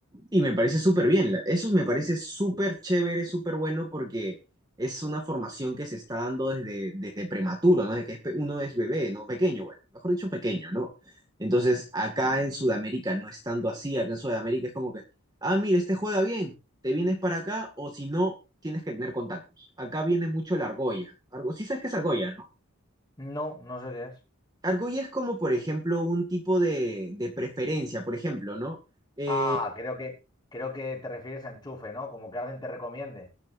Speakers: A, on the right; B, on the left.
A: Y me parece súper bien, la- eso me parece súper chévere, súper bueno porque es una formación que se está dando desde, desde prematuro, ¿no? Desde que es pe- uno es bebé, ¿no? Pequeño, bueno, mejor dicho, pequeño, ¿no? Entonces, acá en Sudamérica no es tanto así, acá en Sudamérica es como que, ah, mira, este juega bien, te vienes para acá o si no, tienes que tener contactos. Acá viene mucho la argolla. Argo, sí sabes qué es argolla, ¿no?
B: No, no sé qué es.
A: Argolla es como, por ejemplo, un tipo de, de preferencia, por ejemplo, ¿no? Eh,
B: Ah, creo que, creo que te refieres a enchufe, ¿no? Como que alguien te recomiende.